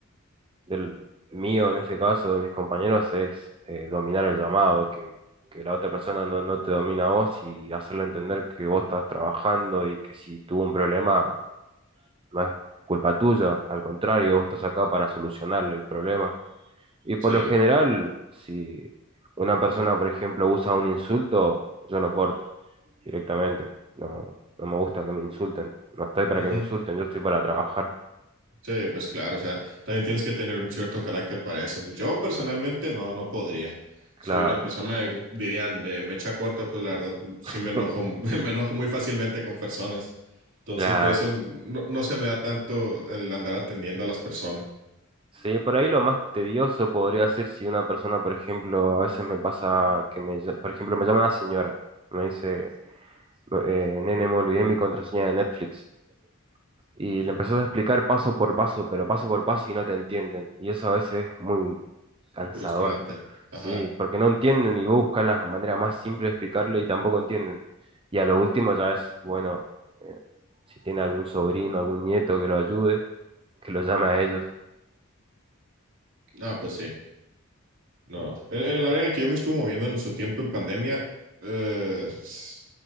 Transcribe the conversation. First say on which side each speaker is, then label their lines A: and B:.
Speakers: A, on the right (about 25°); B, on the right (about 65°).
A: del mío, en este caso, de mis compañeros, es eh, dominar el llamado, que, que la otra persona no, no te domina a vos y hacerle entender que vos estás trabajando y que si tuvo un problema no es culpa tuya, al contrario, vos estás acá para solucionarle el problema. Y
B: Sí.
A: por lo general, si una persona, por ejemplo, usa un insulto, yo lo corto. directamente. No, no me gusta que me insulten. No estoy para
B: Ujú.
A: que me insulten, yo estoy para trabajar.
B: Sí, pues claro, o sea, también tienes que tener un cierto carácter para eso. Yo personalmente no, no podría.
A: Claro,
B: Soy una persona, de- dirían, de mecha corta, pues la verdad sí
A: <laughs>
B: me enojo, <laughs> me enojo muy fácilmente con personas. Entonces,
A: claro.
B: por eso no, no se me da tanto el andar atendiendo a las personas.
A: Sí, por ahí lo más tedioso podría ser si una persona, por ejemplo, a veces me pasa que me, ll- por ejemplo, me llama una señora, me dice, "No, eh, nene, me olvidé mi contraseña de Netflix. Y le empezás a explicar paso por paso, pero paso por paso y no te entienden. Y eso a veces es muy, Cansador.
B: Frustrante. Ajá.
A: Sí, porque no entienden y vos buscas la manera más simple de explicarle y tampoco entienden. Y a lo último ya es, bueno, eh, si tiene algún sobrino, algún nieto que lo ayude, que lo llame a ellos.
B: Ah, pues sí. No, en, en el área en el que yo me estuve moviendo en su tiempo en pandemia, eh, s-